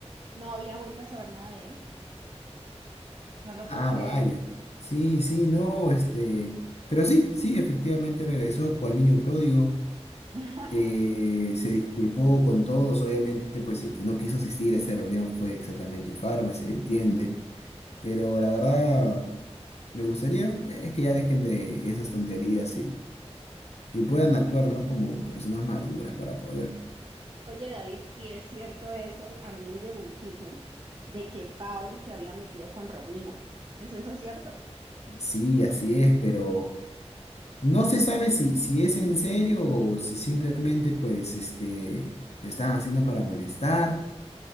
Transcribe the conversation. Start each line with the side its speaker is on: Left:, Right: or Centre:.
Right: no había vuelto a saber nada de él, no lo
Left: Ah,
Right: puedo creer.
Left: vaya. Sí, sí, no, este. Pero sí, sí, efectivamente regresó cual niño pródigo.
Right: <laughs>
Left: eh, se disculpó con todos, obviamente, pues el que no quiso asistir a esa reunión fue exactamente Farmer, se le entiende. Pero la verdad, me gustaría, pues, es que ya dejen de esas tonterías y, y puedan actuar, ¿no? Como personas maduras para poder.
Right: Oye, David, y es cierto eso, a mí me llegó un chisme de que Pavel se había metido con Romina, ¿es eso cierto?
Left: Sí, así es, pero no se sabe si, si es en serio o si simplemente, pues, este, lo están haciendo para molestar.